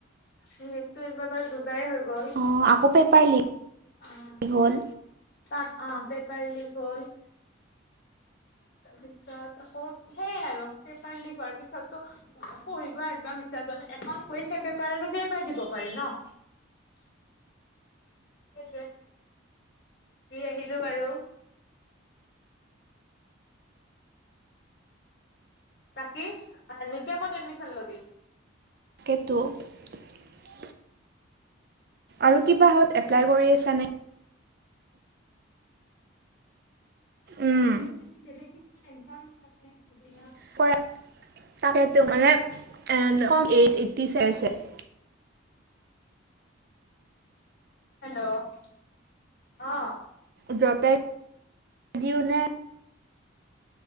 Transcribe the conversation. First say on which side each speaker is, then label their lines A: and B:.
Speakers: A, on the left; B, on the right.
A: নীতি একবাৰ বাৰু দু বাৰেই হৈ গ'ল,
B: অঁ আকৌ পেপাৰ লিক
A: অ'।
B: হ'ল
A: তাত অ পেপাৰ লিক হ'ল। তাৰপিছত আকৌ সেইয়াই আৰু পেপাৰ লিক হোৱাৰ পিছতো পঢ়িব একদম ইচ্ছা যোৱা নাই, এখন কুৱেশন পেপাৰ আৰু কেইবাৰ দিব পাৰি ন, দি আহিলো বাৰু। বাকী নিজে ক'ত এডমিচন লবি।
B: সেইটোৱে। আৰু কিবাহত এপ্লাই কৰি আছানে?
A: <unintelligible>
B: উম কৰা <unintelligible> <inaudible>
A: হেল্ল' অঁ
B: <inaudible> দিওঁ নে?